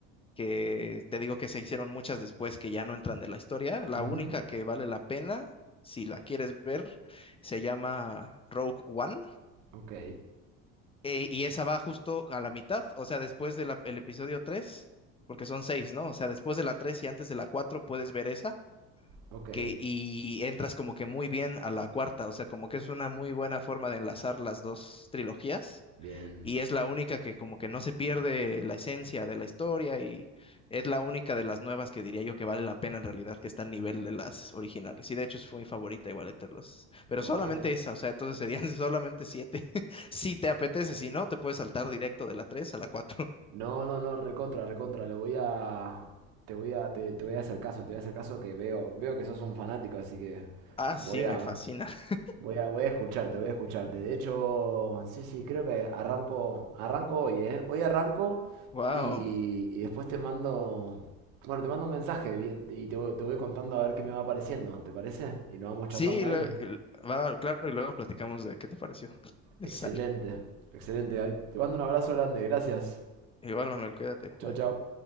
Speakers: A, on the left (about 20°); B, on the right (about 75°).
A: que te digo que se hicieron muchas después que ya no entran de la historia, la
B: ujú,
A: única que vale la pena, si la quieres ver, se llama Rogue One
B: Ok,
A: Eh, y esa va justo a la mitad, o sea, después del episodio 3, porque son seis, ¿no? O sea, después de la 3 y antes de la 4 puedes ver esa,
B: ok.
A: que, y entras como que muy bien a la cuarta, o sea, como que es una muy buena forma de enlazar las dos trilogías
B: Bien.
A: y es la única que como que no se pierde la esencia de la historia y es la única de las nuevas que diría yo que vale la pena en realidad que está al nivel de las originales. Y de hecho es mi favorita igual entre los... Pero
B: Ok.
A: solamente esa, o sea, entonces serían <laughs> solamente siete. <laughs> Si te apetece, si no, te puedes saltar directo de la tres a la cuatro <laughs>
B: No, no, no, recontra, recontra. Lo voy a... Te voy a, te, te voy a hacer caso, te voy a hacer caso que veo, veo que sos un fanático, así que
A: Ah,
B: voy
A: sí,
B: a...
A: me fascina. <laughs>
B: Voy a, voy a escucharte, voy a escucharte. De hecho, sí, sí, creo que arranco, arranco hoy, ¿eh? Hoy arranco
A: Wow.
B: y, y después te mando, bueno, te mando un mensaje bien, y te, voy- te voy contando a ver qué me va apareciendo ¿te parece? Y lo vamos charlando
A: Sí, lo-
B: ahí.
A: el- va, claro, y luego platicamos de qué te pareció. <laughs>
B: Excelente,
A: Sale.
B: excelente, Gaby. Te mando un abrazo grande, gracias.
A: Igual, Manuel, cuídate.
B: Chao,
A: Bye.
B: chao.